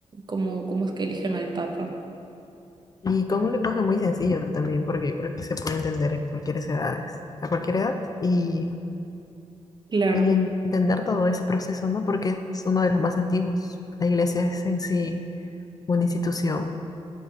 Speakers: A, on the right; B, on the left.
A: cómo, cómo es que eligen al Papa.
B: Y con un lenguaje muy sencillo también, porque creo que se puede entender en cualquier edades, a cualquier edad, y,
A: Claro,
B: y entender todo ese proceso, ¿no? Porque es uno de los más antiguos. La iglesia es en sí una institución